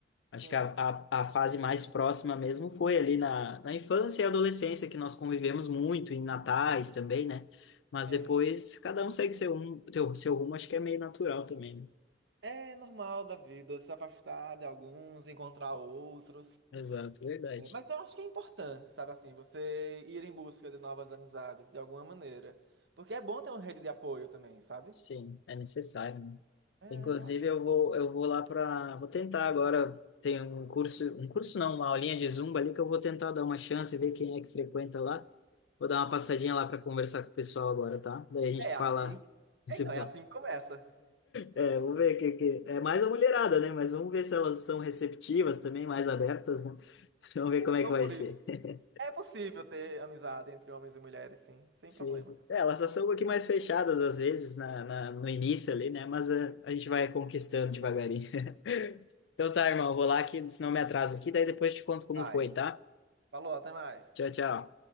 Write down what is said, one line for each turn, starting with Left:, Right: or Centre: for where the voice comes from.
Right: Sim,
Left: Acho que a, a, a fase mais próxima mesmo foi ali na, na infância e adolescência, que nós convivemos muito, em natais também, né? Mas
Right: sim.
Left: depois cada um segue seu, um- seu, seu rumo, acho que é meio natural também, né?
Right: É normal da vida se afastar de alguns, encontrar outros.
Left: Exato, verdade.
Right: né? Mas eu acho que é importante, sabe assim, você ir em busca de novas amizades, de alguma maneira. Porque é bom ter uma rede de apoio também, sabe?
Left: Sim, é necessário, né?
Right: É,
Left: Inclusive,
Right: eu acho.
Left: eu vou, eu vou lá para. Vou tentar agora. Tem um curso, um curso não, uma aulinha de Zumba ali que eu vou tentar dar uma chance, e ver quem é que frequenta lá. Vou dar uma passadinha lá para conversar com o pessoal agora, tá? Daí a gente
Right: É
Left: se
Right: assim.
Left: fala, <laughs> se
Right: É, então, é
Left: fala.
Right: assim que começa.
Left: É, vamos ver que, que é mais a mulherada, né? Mas vamos ver se elas são receptivas também, mais abertas, né? <laughs> Vamos ver
Right: Mas
Left: como é
Right: Não
Left: que vai
Right: por
Left: ser.
Right: isso.
Left: <laughs>
Right: É possível ter amizade entre homens e mulheres, sim, sem
Left: Sim,
Right: problema.
Left: sim. É, elas só são um pouquinho mais fechadas às vezes na, na- no início ali, né? Mas é, a, gente vai conquistando devagarinho. <laughs> Então tá, irmão, eu vou lá que senão eu me atraso aqui, daí depois te conto como
Right: Vai.
Left: foi, tá?
Right: Falou, até mais.
Left: Tchau, tchau.